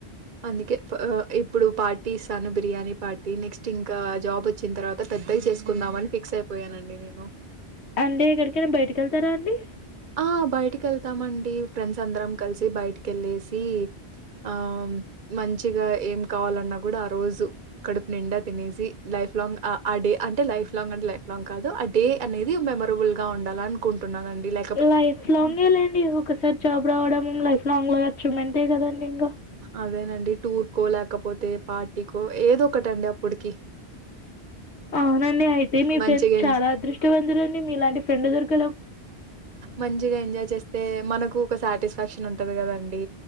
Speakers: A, on the right; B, on the left.
A: అందుకే ఇప్పుడు పార్టీ ఇస్తాను బిర్యానీ పార్టీ నెక్స్ట్ ఇంకా జాబ్ వచ్చిన తర్వాత పెద్దలు చేసుకుందామ అని ఫిక్స్ అయి పోయానండి నేను
B: అంటే ఎక్కడికైనా బయటకి వెళ్తారా అండి
A: ఆ! బయటికెళ్తామండి ఫ్రెండ్స్ అందరం కలిసి బయటిక ఎళ్ళెసి ఆ మంచిగా ఏం కావాలన్నా కూడా ఆ రోజు కడుపు నిండా తినేసి లైఫ్ లాంగ్ ఆ డే అంటే లైఫ్ లాంగ్ అంటే లైఫ్ లాంగ్ కాదు ఆ డే అనేది మెమరబుల్గా ఉండాలని అనుకుంటన్నానండి లై
B: లైఫ్ లాంగే లేండి ఒకసారి జాబ్ రావడం లైఫ్ లాంగ్ అచీవ్‌మెంటే కదండి ఇంగ
A: అదేనండి టూర్కో లేకపోతే పార్టీకో ఏదో ఒకటండి అప్పుడుకి
B: అవునండి అయితే మీ
A: మంచిగా
B: ఫ్రెండ్స్ చాలా
A: ఎంజాయ్
B: అదృష్టవంతులండి మీలాంటి ఫ్రెండ్ దొరకడం అ
A: మంచిగా ఎంజాయ్ చేస్తే మనకు ఒక సాటిస్ఫాక్షన్ ఉంటది కదండి